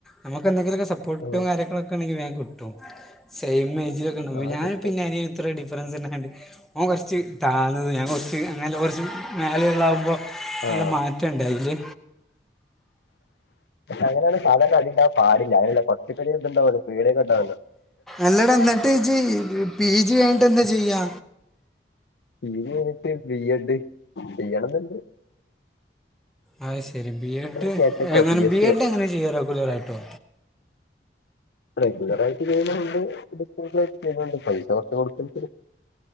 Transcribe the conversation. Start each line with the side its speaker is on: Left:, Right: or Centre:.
Centre: നമുക്ക് എന്തെങ്കിലൊക്കെ സപ്പോർട്ടും
Left: ആഹ്
Centre: കാര്യങ്ങളൊക്കെ ക്കെണ്ടെങ്കിൽ വേം കിട്ടും സെയിം ഏജിലൊക്കെണ്ടാവും
Left: ആഹ്
Centre: ഞാനും
Left: കിട്ടും
Centre: പിന്നെ അനിയനും ഇത്ര ഡിഫ്രൻസ്ണ്ടായോണ്ട് ഓൻ കൊറച്ച് താന്നത് ഞാൻ കൊറച്ച് അങ്ങനല്ല കൊറച്ച് മേലെയുള്ളാകുമ്പോ
Left: ആഹ്
Centre: നല്ല മാറ്റ റ്റണ്ടയില്
Left: അങ്ങനെണ് സാധാരണ അടി ഇണ്ടാവാൻ പാടില്ല അയിനുള്ള കൊറച്ചൊക്കൊരു ഇതിണ്ടാവൊള്ളൂ പേടിയൊക്കെണ്ടാവൊള്ളൂ
Centre: അല്ലട എന്നിട്ട്ഞ്ച് പി ജി കയിഞ്ഞിട്ടെന്താ ചെയ്യാ
Left: പിജി കഴിഞ്ഞിട്ട് ബി എഡ് ചെയ്യണന്ന്ണ്ട്
Centre: അഹ്‌ ശരി ബി എഡ്
Left: കേട്ടക്കോ
Centre: എങ്ങനെ
Left: പി എസ്
Centre: ബി
Left: സിയോ
Centre: എഡ് എങ്ങനെ ചെയ്യ റെഗുലറായിട്ടോ
Left: റെഗുലറായിട്ട് ചെയ്യുന്ന ഒണ്ട് ഡിസ്റ്റൻസ് ആയിട്ട് ചെയ്യുന്നുണ്ട് പൈസ കൊറച്ച് കൊടുക്കേണ്ടിവരും